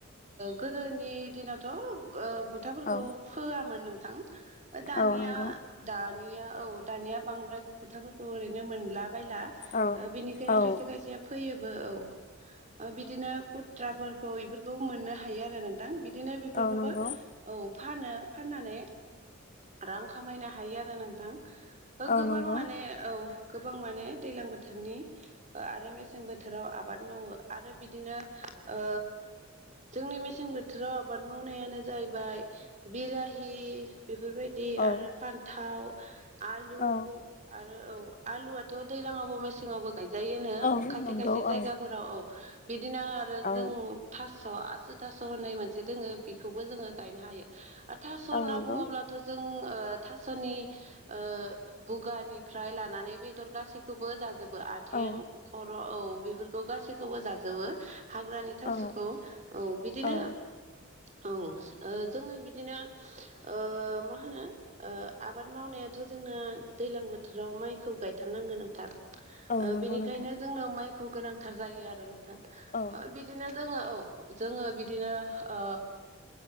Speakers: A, on the right (about 35°); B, on the left (about 35°).
A: गोदोनि दिनावथ' ओ थाफोरखौ
B: औ
A: फोआमोन नोंथां ओ दानिया
B: औ नंगौ
A: दानिया औ दानिया बांद्राय खोथाफोरखौ ओरैनो मोनला बायला
B: औ
A: ओ बिनिखायनो
B: औ
A: खायसे खायसेया फैयोबो औ बिदिनो खुथ त्राफोरखौ बेफोरखौबो मोननो हायो आरो नोंथां बिदिनो बेफोरखौबो
B: औ नंगौ
A: औ फानो फाननानै रां खामायनो हायो आरो नोंथां ओ
B: औ
A: गोबां
B: नंगौ
A: माने औ गोबां माने दैलां बोथोरनि ओ आरो मेसें बोथोराव आबाद मावो आरो बिदिनो ओ जोंनि मेसें बोथोराव आबाद मावनायानो जाहैबाय बिलाहि बेफोरबायदि
B: औ
A: आरो फान्थाव आलु
B: औ
A: आरो औ आलुआथ' दैज्लाङावबो मेसेङावबो गायजायोनो
B: औ
A: खायसे
B: नंगौ
A: खायसे जायगाफोराव
B: औ
A: औ बिदिनो आरो
B: औ
A: जों थास' आसु थास' होननाय मोनसे दोङो बेखौबो जोङो गायनो हायो। आरो थास' होनना
B: औ नंगौ
A: बुङोब्लाथ' जों ओ थास'नि ओ बुगानिफ्राय लानानै बेदर गासैखौबो जाजोबो आ थें
B: औ
A: खर' औ बेफोरखौ गैखौबो जाजोबो हाग्रानि थास'खौ
B: औ
A: औ बिदिनो
B: औ
A: औ ओ जोङो बिदिनो ओ मा होनो ओ आबाद मावनायाथ' जोंना दैलां बोथोराव माइखौ गायथारनांगोन नोंथां
B: औ
A: ओ
B: नंगौ
A: बेनिखायनो
B: नोंथां
A: जोंनो माइखौ गोनांथार जायो आरो नोंथां
B: औ
A: ओ बि दिनो जोङो औ जोङो बिदिनो ओ